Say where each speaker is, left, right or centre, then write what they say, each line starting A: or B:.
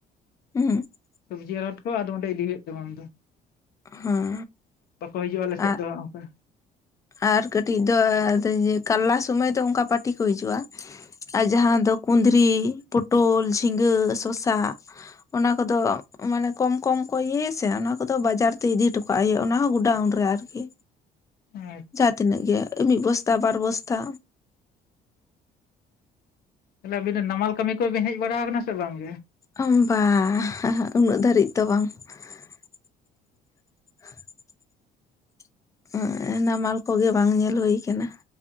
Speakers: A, on the left; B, on the left.
A: <unintelligible>
B: ᱥᱚᱵᱡᱤ ᱟᱲᱚᱛ ᱠᱚ ᱟᱫᱚ ᱚᱸᱰᱮ ᱤᱫᱤ ᱦᱩᱭᱩᱜ ᱛᱟᱢᱟ᱾ ᱟᱫᱚ <unintelligible>
A: ᱦᱮᱸ
B: ᱵᱟᱠᱚ ᱦᱤᱡᱩᱜᱼᱟ ᱟᱞᱮ ᱥᱮᱫ
A: ᱟᱨ
B: ᱫᱚ ᱦᱟᱸᱜ ᱚᱱᱠᱟ᱾
A: ᱟᱨ ᱠᱟᱹᱴᱤᱡ ᱫᱚ ᱟᱫᱚ ᱤᱭᱟᱹ ᱠᱟᱨᱞᱟ ᱥᱚᱢᱚᱭ ᱫᱚ ᱚᱱᱠᱟ ᱯᱟᱴᱤ ᱠᱚ ᱦᱤᱡᱩᱜᱼᱟ᱾ ᱟᱨ ᱡᱟᱦᱟᱸ ᱫᱚ ᱠᱩᱸᱫᱽᱨᱤ ᱯᱚᱴᱚᱞ ᱡᱷᱤᱸᱜᱟᱹ ᱥᱚᱥᱟ ᱚᱱᱟ ᱠᱚᱫᱚ ᱢᱟᱱᱮ ᱠᱚᱢ ᱠᱚᱢ ᱠᱚ ᱤᱭᱟᱹᱭ ᱟᱥᱮ ᱚᱱᱟ ᱠᱚᱫᱚ ᱵᱟᱡᱟᱨ ᱛᱮ ᱤᱫᱤ ᱦᱚᱴᱚᱠᱟᱜ ᱦᱩᱭᱩᱜᱼᱟ, ᱚᱱᱟ ᱦᱚᱸ ᱜᱩᱰᱟᱣᱩᱱ ᱨᱮ᱾ ᱟᱨᱠᱤ
B: ᱟᱪᱪᱷᱟ
A: ᱡᱟᱦᱟᱸ ᱛᱤᱱᱟᱹᱜ ᱜᱮ ᱢᱤᱫ ᱵᱚᱥᱛᱟ ᱵᱟᱨ ᱵᱚᱥᱛᱟ
B: ᱛᱟᱦᱚᱞᱮ ᱟᱹᱵᱤᱱ ᱱᱟᱢᱟᱞ ᱠᱟᱹᱢᱤ ᱠᱚᱵᱤᱱ ᱦᱮᱡ ᱵᱟᱲᱟᱣ ᱟᱠᱟᱱᱟ ᱥᱮ ᱵᱟᱝᱜᱮ?
A: <unintelligible> ᱵᱟᱝ ᱩᱱᱟᱹᱜ ᱫᱷᱟᱹᱨᱤᱡ ᱫᱚ ᱵᱟᱝ᱾ <unintelligible> <unintelligible> ᱱᱟᱢᱟᱞ ᱠᱚᱜᱮ ᱵᱟᱝ ᱧᱮᱞ ᱦᱩᱭ ᱠᱟᱱᱟ᱾